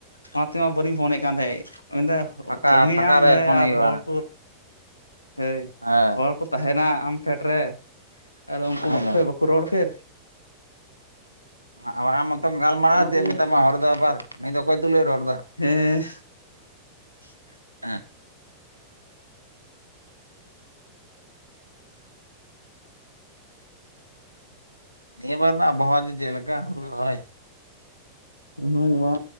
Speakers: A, on the left; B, on the right.
A: ᱚᱱᱟᱛᱮᱢᱟ ᱵᱟᱹᱞᱤᱧ ᱯᱷᱳᱱᱮᱫ ᱠᱟᱱ ᱛᱟᱦᱮᱸᱫ, ᱢᱮᱱᱫᱟ
B: ᱯᱷᱟᱸᱠᱟ
A: ᱠᱟᱹᱢᱤᱭᱟᱢ
B: ᱯᱷᱟᱸᱠᱟ
A: ᱨᱮ
B: ᱯᱷᱳᱱ
A: ᱟᱨ
B: ᱦᱩᱭᱩᱜᱼᱟ
A: ᱦᱚᱲ ᱠᱚ ᱦᱳᱭ
B: ᱦᱮᱸ
A: ᱦᱚᱲ ᱠᱚ ᱛᱟᱦᱮᱱᱟ ᱟᱢᱯᱷᱮᱰ ᱨᱮ ᱟᱫᱚ
B: ᱵᱟᱠᱷᱟᱡ
A: ᱩᱱᱠᱩ ᱵᱟᱠᱷ
B: ᱫᱚ
A: ᱵᱟᱠᱚ ᱨᱚᱲᱯᱷᱤᱨ?
B: ᱢᱟ ᱟᱢ ᱢᱚᱛᱚᱢ ᱜᱟᱞᱢᱟᱨᱟᱜᱼᱟ
A: ᱚᱱᱟ ᱛᱮᱞᱤᱧ
B: ᱡᱮ ᱢᱮᱛᱟᱢᱟ ᱦᱚᱲᱚᱲ ᱫᱚ ᱟᱵᱟᱨ ᱱᱩᱭ ᱫᱚ ᱚᱠᱚᱭ ᱛᱩᱞᱟᱹᱭ ᱨᱚᱲ ᱫᱟ?
A: ᱦᱮᱸ <inaudible>
B: ᱦᱮᱸ ᱱᱤᱭᱟᱹ ᱵᱟᱨ <unintelligible>
A: ᱤᱭᱟᱹ ᱟᱢᱟ
B: ᱦᱩᱲᱩ
A: ᱵᱟᱵᱟᱭ
B: ᱨᱚᱦᱚᱭ
A: ᱩᱱᱟᱹᱜ ᱢᱟ